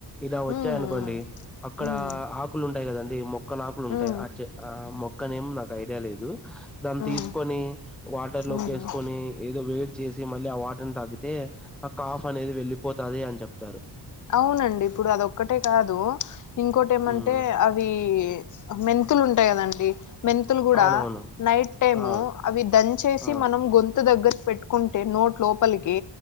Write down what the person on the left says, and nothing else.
ఉమ్
ఉమ్ ఉమ్
ఉమ్
ఉమ్
ఉమ్
అవునండి ఇప్పుడు అదోక్కటే కాదు ఇంకోటి ఏమంటే
అవి మెన్ తులు ఉంటాయి కదండి మెంతులు కూడా
నైట్ టైము
అవి దన్ చేసి
మనం గొంతు దగ్గర పెట్టుకుంటే నోట్ లోపలికి